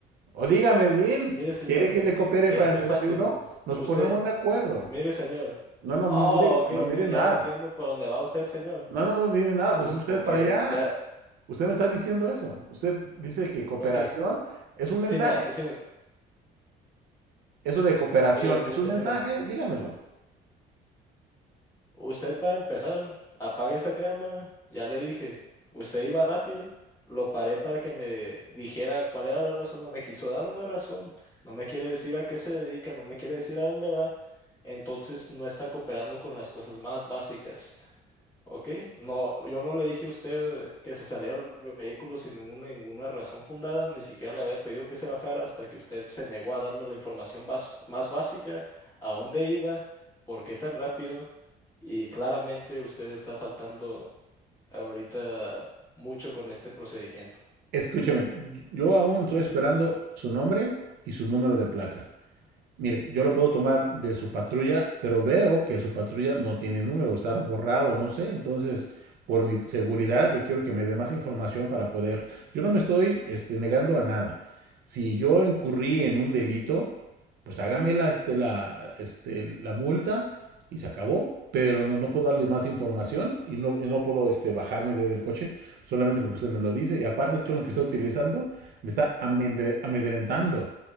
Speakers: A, on the right; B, on the left.
A: O dígame bien,
B: mire, señor,
A: ¿quiere que le coopere
B: es
A: para
B: muy
A: el desayuno?
B: fácil.
A: Nos
B: Usted,
A: ponemos de acuerdo.
B: mire, señor.
A: No, no,
B: Oh,
A: mi- mire,
B: ok,
A: no mire
B: ok,
A: nada.
B: ya entiendo por dónde va usted, señor.
A: No, no, no, dime nada,
B: O,
A: pues es usted
B: o que
A: para allá
B: ya,
A: Usted me está diciendo eso. Usted dice que cooperación
B: ok.
A: es un
B: Sí,
A: mensaje.
B: mira, sí,
A: Eso de cooperación
B: mire, mire,
A: es un
B: señor.
A: mensaje. Dígamelo.
B: Usted para empezar, apague esa cámara. Ya le dije, usted iba rápido. Lo paré para que me dijera cuál era la razón. No me quiso dar una razón. No me quiere decir a qué se dedica. No me quiere decir a dónde va. Entonces no está cooperando con las cosas más básicas. Ok, no, yo no le dije a usted que se saliera del vehículo sin ninguna, ninguna razón fundada, ni siquiera le había pedido que se bajara hasta que usted se negó a darme la información bas- más básica, a dónde iba, por qué tan rápido, y claramente usted está faltando ahorita mucho con este procedimiento.
A: Escúcheme, yo aún estoy esperando su nombre y su número de placa. Mire, yo lo puedo tomar de su patrulla, pero veo que su patrulla no tiene número, está borrado, no sé. Entonces, por mi seguridad, yo quiero que me dé más información para poder. Yo no me estoy este, negando a nada. Si yo incurrí en un delito, pues hágame la, este, la, este, la multa y se acabó. Pero no, no puedo darle más información y no, y no puedo este, bajarme de- del coche solamente porque usted me lo dice. Y aparte el tono que está utilizando me está amedre- amedrentando